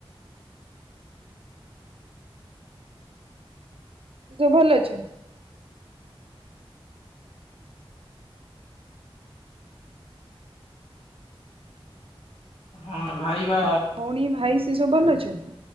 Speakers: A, on the right; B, on the left.
A: ସିଏ ସବୁ ଭଲ ଅଛନ୍ତି?
B: ହଁ ଭାଇ ବା
A: ଭଉଣୀ ଭାଇ ସିଏ ସବୁ ଭଲ ଅଛନ୍ତି?